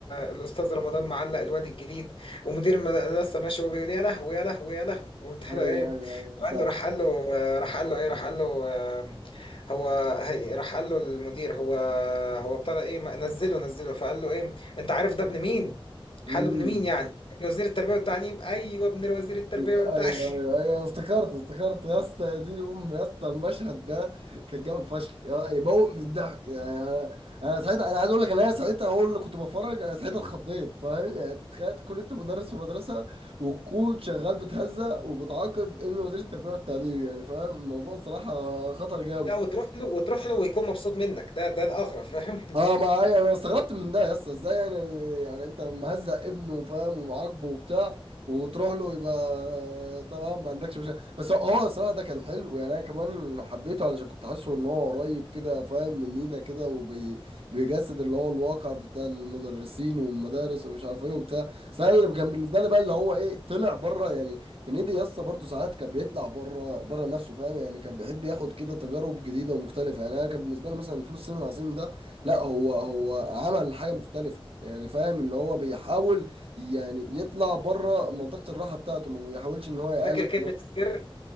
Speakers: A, on the left (about 70°); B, on the right (about 80°).
A: الأستاذ رمضان معلق الواد الجديد ومدير المدرسة ماشي وبيقول يا لهوي يا لهوي يا لهوي وبتاع
B: ايوه
A: ده ايه
B: ايوه صح
A: قال له راح قال له آه، راح قال له ايه راح قال له آه، هو هي- راح قال له المدير هو هو ابتدى ايه ما- نزله نزله فقال له ايه انت عارف ده ابن مين؟
B: امم
A: قال له ابن مين يعني؟ ابن وزير التربيه والتعليم ايوه ابن وزير التربيه
B: ايوه
A: والتعليم
B: ايوه ايوه افتكرت افتكرت يا اسطى يا دين امي يا اسطى المشهد ده كان جامد فشخ يا- يموت من الضحك يعني انا انا ساعتها انا عايز اقول لك انا ساعتها هو اللي كنت بتفرج انا ساعتها اتخضيت فاهم يعني انت تخيل تكون انت مدرس في مدرسه وتكون شغال بتهزأ وبتعاقب ابن وزير التربيه والتعليم يعني فاهم الموضوع صراحه خطر جامد
A: <laughs> لا وتروح له وتروح له ويكون مبسوط منك ده ده الاغرب فاهم؟ <laughs>
B: اه ما أيوة، انا استغربت من ده يا اسطى ازاي يعني يعني انت مهزق ابنه فاهم ومعاقبه وبتاع وتروح له يبقى تمام ما عندكش مشكله بس هو هو الصراحه ده كان حلو يعني انا كمان حبيته علشان كنت حاسه ان هو قريب كده فاهم مننا كده وبيجسد اللي هو الواقع بتاع المدرسين والمدارس ومش عارف ايه وبتاع بس انا اللي كان بالنسبه لي بقى اللي هو ايه طلع بره يعني هنيدي يا اسطى برضه ساعات كان بيطلع بره بره نفسه فاهم يعني كان بيحب ياخد كده تجارب جديده ومختلفه يعني انا كان بالنسبه لي مثلا فلوس الصين العظيم ده لا هو هو عمل حاجة مختلفة يعني فاهم اللي هو بيحاول يعني يطلع بره منطقة الراحة بتاعته ما بيحاولش ان هو يقلد
A: فاكر كلمه
B: مثلا
A: السر